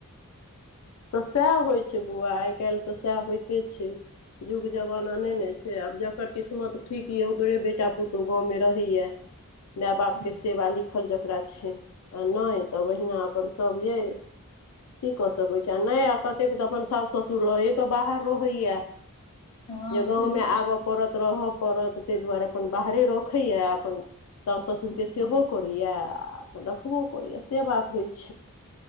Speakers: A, on the left; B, on the left.
A: तऽ सएह होइ छै बौआ आइ काल्हि तऽ सएह होइते छै युग जमाना नहि ने छै आब जकर किस्मत ठीक यै ओकरे बेटा पुत तऽ उ गाँवमे रहैए माय
B: करतै
A: बाप केँ सेवा लिखल जकरा छै आ नहि तऽ ओहिना अपन सभ अइ की कऽ सकै छी कतेक तऽ अपन सास ससुर लये कऽ बाहर ओ होइये
B: हँ
A: जे गाँवमे
B: सेहो
A: आबय पड़त रहय पड़त ताहि दुआरे अपन बाहरे रखैए अपन साास ससुरके
B: छै
A: सेबो करैए आ अपन रखबो करैय से बात होइ छै